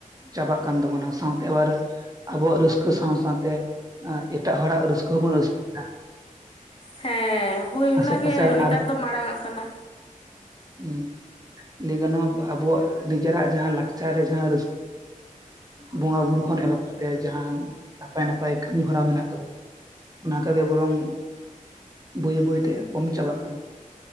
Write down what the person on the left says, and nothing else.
ᱦᱮᱸ ᱦᱳᱭ
ᱚᱱᱟ ᱜᱮ
ᱱᱮᱛᱟᱨ ᱫᱚ ᱢᱟᱲᱟᱝ ᱚᱜ ᱠᱟᱱᱟ